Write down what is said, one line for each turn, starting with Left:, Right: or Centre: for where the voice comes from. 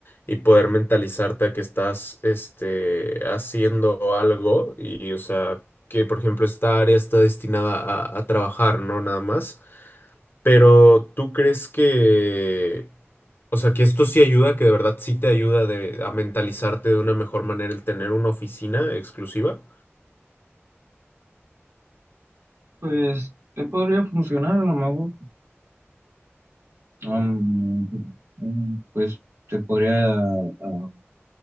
Left: y poder mentalizarte a que estás, este, haciendo algo y, o sea, que, por ejemplo, esta área está destinada a, a trabajar, ¿no? Nada más. Pero, ¿tú crees que, o sea, que esto sí ayuda, que de verdad sí te ayuda de- a mentalizarte de una mejor manera el tener una oficina exclusiva?
Right: Pues, te podría funcionar a lo mejor. Um, mm, pues te podría ah,